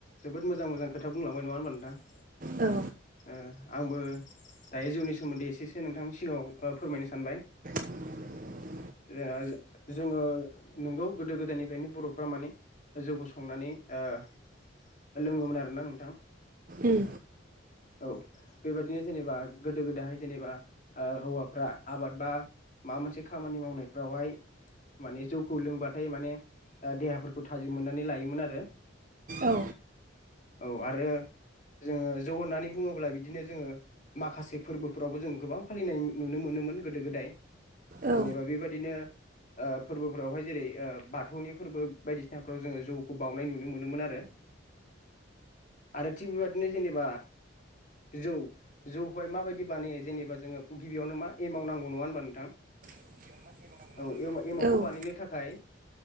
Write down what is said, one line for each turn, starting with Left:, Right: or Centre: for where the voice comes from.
Left: जोबोद मोजां मोजां खोथा बुंलांबाय नङा होनोमबा नोंथां
Right: औ
Left: ओ आंबो दायो जौनि सोमोनदै एसेसो नोंथांनि सिगाङाव ओ फोरमायनो सानबाय
Right: <inaudible>
Left: जोंहा जोङो नंगौ गोदो गोदायनिफ्रायनो बर'फ्रा माने जौखौ संनानै ओ लोङोमोन आरोना नोंथां
Right: ओम
Left: औ बेबायदिनो जेनेबा गोदो गोदायहाय जेनेबा हौवाफ्रा आबाद बा माबा मोनसे खामानि मावनायफ्रावहाय माने जौखौ लोंबाथाय माने ओ देहाफोरखौ थाजिम मोननानै लायोमोन आरो
Right: औ
Left: औ आरो जोङो जौ होननानै बुङोब्ला बिदिनो जोङो माखासे फोरबोफोरावबो जों गोबां फालिनाय नुनो मोनोमोन गोदो गोदाय
Right: औ
Left: जेनेबा बेबायदिनो ओ फोरबोफोरावहाय जेरै ओ बाथौनि फोरबो बायदिसिनाफ्राव जोङो जौखौ बावनाय नुनो मोनोमोन आरो
Right: <unintelligible>
Left: आरो थिग बेबादिनो जेनेबा
Right: <unintelligible>
Left: जौ जौखौहाय माबायदि बानायो जेनेबा जोङो गिबियावनो मा एमाउ नांगौ नङा होनबा नोंथां
Right: <unintelligible>
Left: औ एमाव- एमावखौ
Right: औ
Left: बानायनो थाखाय